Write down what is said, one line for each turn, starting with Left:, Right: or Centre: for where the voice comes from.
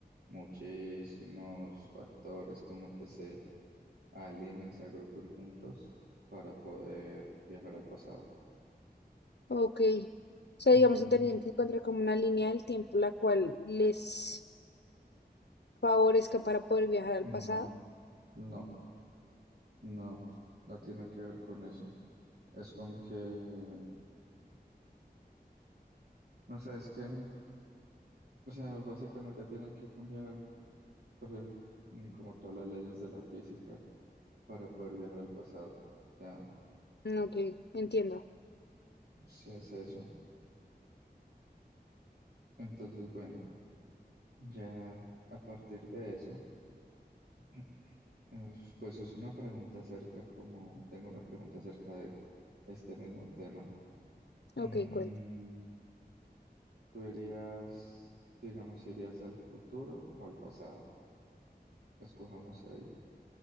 Right: muchísimos factores como que se alineen, se agrupen juntos para poder viajar al pasado.
Left: Ok. O sea,
Right: Entonces,
Left: digamos que tenían que encontrar como una línea del tiempo la cual les favorezca para poder viajar al
Right: no,
Left: pasado.
Right: no, no, no tiene que ver con eso. es con que, no sé, es que, o sea, básicamente tiene que cambiar pero, mm, como todas las leyes de la física para poder viajar al pasado. O sea,
Left: Mm, Ok, entiendo.
Right: si es eso. Entonces, bueno, ya a partir de eso, <clears throat> es- pues es una pregunta acerca, como tengo una pregunta acerca de este mismo tema. Mm,
Left: Ok, cuenta.
Right: ¿tú irías, digamos, irías al futuro o al pasado? Escojamos ahí.